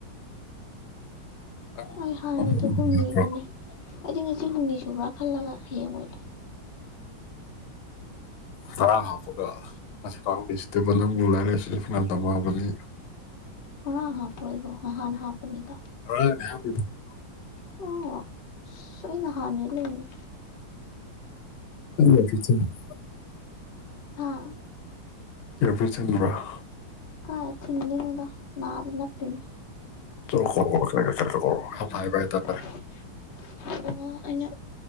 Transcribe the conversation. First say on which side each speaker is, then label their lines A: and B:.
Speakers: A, on the left; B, on the left.
A: ꯅꯪ
B: ꯑꯩ ꯍꯥꯟꯅꯩꯗ‌ꯣ ꯍꯨꯝꯅꯤꯒꯤꯅꯦ
A: ꯅꯠꯇ꯭ꯔꯣ
B: ꯑꯩꯗꯤ ꯉꯁꯤ ꯍꯨꯝꯅꯤ ꯁꯨꯕ꯭ꯔꯥ ꯈꯜꯂꯒ ꯍꯌꯦꯡ ꯑꯣꯏꯜ ꯂꯩ
A: ꯈꯔ ꯍꯥꯞꯄꯒ ꯑꯁꯤ <unintelligible> ꯅꯪꯕꯨ ꯂꯥꯏꯔꯤꯛ ꯂꯥꯏꯁꯨ ꯐꯅꯥꯌꯝ ꯇꯝꯃꯑꯕꯅꯤ
B: ꯉꯔꯥꯡ ꯍꯥꯞꯄ꯭ꯔ‌ꯣꯏꯕꯣ ꯅꯍꯥꯟ ꯍꯥꯞꯄꯅꯤꯗ
A: <inaudible>
B: <unintelligible> ꯑꯁ ꯑꯩꯅ ꯍꯥꯟꯅꯩ ꯂꯩꯅꯤ
A: ꯅꯪ <inaudible> ꯊꯤꯟꯕ꯭ꯔ‌ꯣ
B: ꯍꯥꯥ
A: ꯏꯌꯥꯔ ꯄꯤꯁ ꯊꯤꯟꯕ꯭ꯔ‌ꯣ
B: ꯀꯥꯏ ꯊꯤꯟꯗ‌ꯣꯏꯅ‌ꯣꯗ ꯅꯥꯗ ꯅꯞꯄꯤꯅꯤ
A: <inaudible>
B: <unintelligible> ꯑꯣ ꯑꯩꯅ